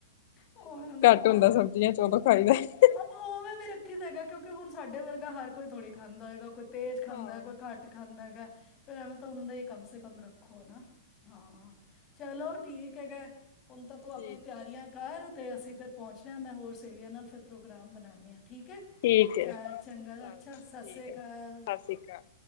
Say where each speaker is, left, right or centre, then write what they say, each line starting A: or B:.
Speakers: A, on the left; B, on the left.
A: ਉਵੇਂ ਹੁਣ।
B: ਟ ਹੁੰਦਾ ਸਬਜ਼ੀਆਂ ਚ ਉਦੋਂ ਖਾਈਦਾ।
A: ਆਪਾਂ ਉਵੇਂ ਵੀ ਰੱਖੀ ਦਾ ਹੈਗਾ ਕਿਉਂਕਿ ਹੁਣ ਸਾਡੇ ਵਰਗਾ ਹਰ ਕੋ ਥੋੜੀ ਖਾਂਦਾ ਹੈਗਾ ਕੋਈ। ਤੇਜ਼ ਖਾਂਦਾ
B: ਹਾਂ
A: ਕੋਈ ਘੱਟ ਖਾਂਦਾ ਗਾ। ਫਿਰ ਐਵੇਂ ਤਾਂ ਹੁੰਦਾ ਹੀ ਕਮ ਸੇ ਕਮ ਰੱਖੋ ਨਾ ਹਾਂ, ਚਲੋ ਠੀਕ ਹੈਗਾ। ਹੁਣ ਤਾਂ ਤੂੰ ਆਪਣੀ
B: ਠੀਕ
A: ਤਿਆਰੀਆਂ ਕਰ, ਅਤੇ ਅਸੀਂ ਫਿਰ। ਪਹੁੰਚਣਾ ਮੈਂ ਹੋਰ ਸਹੇਲੀਆਂ ਨਾਲ ਫਿਰ ਪ੍ਰੋਗਰਾਮ ਬਣਾਉਂਦੀ ਹਾਂ ਠੀਕ ਹੈ।
B: ਠੀਕ ਐ
A: ਚਾਲ ਚੰਗਾ।
B: ਚੱਲ
A: ਅੱਛਾ
B: ਠੀਕ
A: ਸਤਿ ਸ੍ਰੀ ਅਕਾਲ।
B: ਐ ਸਤਿ ਸ੍ਰੀ ਅਕਾਲ